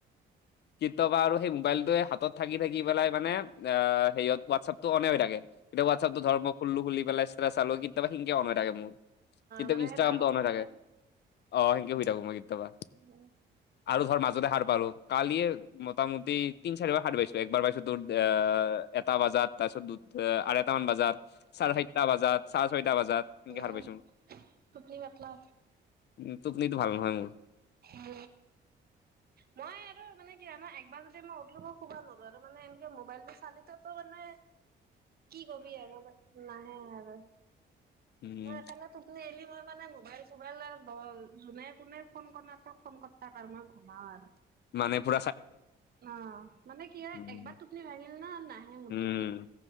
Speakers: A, on the left; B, on the right.
A: কেতিয়াবা আৰু সেই মোবাইলটোৱে হাতত থাকি থাকি পেলাই মানে অ', হোৱাটছএপটো অনে হৈ থাকে। এতিয়া হোৱাটছআপটো ধৰ মই খুলিলো খুলি পেলাই ষ্টেটাছ চালো কেতিয়াবা সেইখিনিকেই অন হৈ থাকে মোৰ। কেতিয়া
B: মানে
A: ইনষ্টাগ্ৰামটো
B: সেনকে অনয়
A: অন হৈ থাকে, অ', সেনকে শুই থাকো মই কেতিয়াবা
B: উ।
A: আৰু ধৰ মাজতে সাৰ পালো, কালিয়ে মোটামুটি তিন চাৰিবাৰ সাৰ পাইছো, একবাৰ পাইছ তোৰ এ, এটা বজাত, তাৰপিছত দুত আঢ়ৈটা মান বজাত, চাৰে চাইত বজাত, চাৰে ছয়টা বজাত, এনকে
B: উম
A: সাৰ পাইছোঁ।
B: টোপনি পাতলা
A: উ, টুপনিতো ভাল নহয় মোৰ।
B: ম, মই আৰু মানে কি হয়, মই একবাৰ যদি মই উঠলো, শুবা নৰো আৰু মানে এনকে মোবাইলটো চালেতো মানে কি কবি আৰু মানে, নাহে আৰু,
A: উম
B: মই সেইকাৰণে টোপনি আইলে মই মানে মোবাইল চোবাইল আৰু য যোনে তোনে ফোন কৰ নথাক, ফোন কৰ থাক আৰু মই ঘোমা আৰু।
A: মানে ফুট
B: অ', মানে কি হয়,
A: উম
B: একবাৰ টোপনি ভাঙিল ন নাহে মোৰ
A: উম,
B: টোপনি।